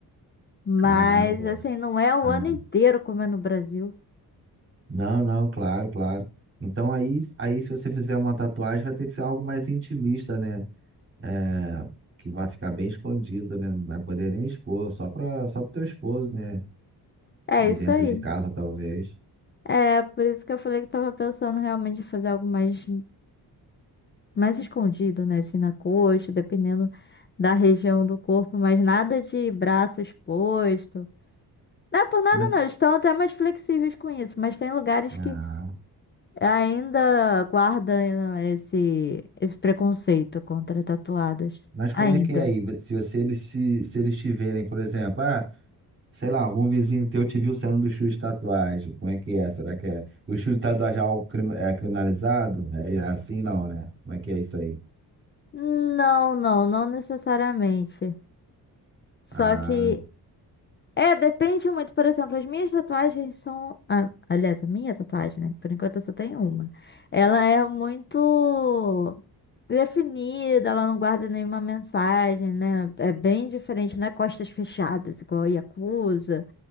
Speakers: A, on the left; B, on the right.
A: Mas,
B: Caramba.
A: assim, não é o
B: Ah,
A: ano inteiro como é no Brasil.
B: não, não, claro, claro. Então aí, aí se você fizer uma tatuagem, vai ter que ser algo mais intimista, né? É, que vai ficar bem escondido, né? Não vai poder nem expor, só para só pro teu esposo, né?
A: É
B: E
A: isso
B: dentro
A: aí.
B: de casa, talvez.
A: É, por isso que eu falei que tava pensando realmente em fazer algo mais mais escondido, né? Assim, na coxa, dependendo da região do corpo, mas nada de braço exposto. Não é por nada,
B: Mas,
A: não. Eles estão até mais flexíveis com isso, mas tem lugares
B: ah.
A: que ainda guardam né, esse, esse preconceito contra tatuadas.
B: Mas
A: Ainda.
B: como é que é aí? Se você, eles te, se eles te verem, por exemplo, ah, sei lá, algum vizinho teu te viu saindo do estúdio de tatuagem, como é que é? Será que é? O estúdio de tatuagem é algo crim- é criminalizado? É assim não, né? Como é que é isso aí?
A: Não, não, não necessariamente. Só
B: Ah,
A: que É, depende muito. Por exemplo, as minhas tatuagens são. ah, aliás, a minha tatuagem, né? Por enquanto eu só tenho uma. Ela é muito definida, ela não guarda nenhuma mensagem, né? É bem diferente, não é costas fechadas, igual a Yakuza.